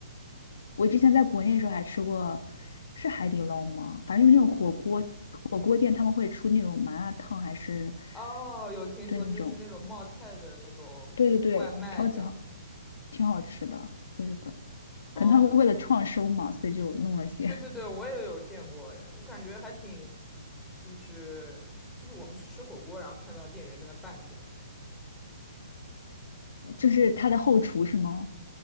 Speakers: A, on the left (about 70°); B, in the centre.
A: 我之前在国内的时候还吃过，是海底捞吗？反正就是那种火锅火锅店，他们会出那种麻辣烫，还是
B: 哦，有听说，
A: 对那种，
B: 就是那种冒菜的那种外卖这样。
A: 对对对，超级好，挺好吃的，我觉得。
B: 哦，
A: 可能他们为了创收嘛，
B: 我
A: 所以就弄了些，
B: 对对对，我也有见过，哎，我感觉还挺，就是就是我们去吃火锅，然后看到店员在那拌这样，
A: 就是他的后厨是吗？